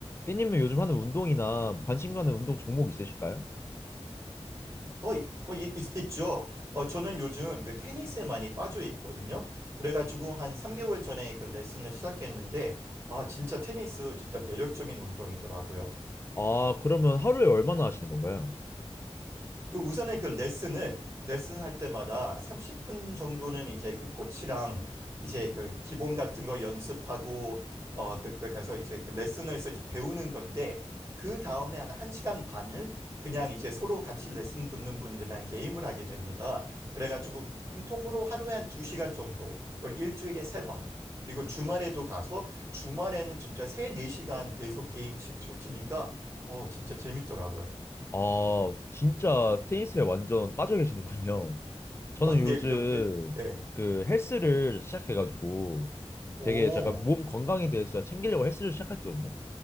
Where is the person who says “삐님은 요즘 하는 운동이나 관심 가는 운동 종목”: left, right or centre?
Left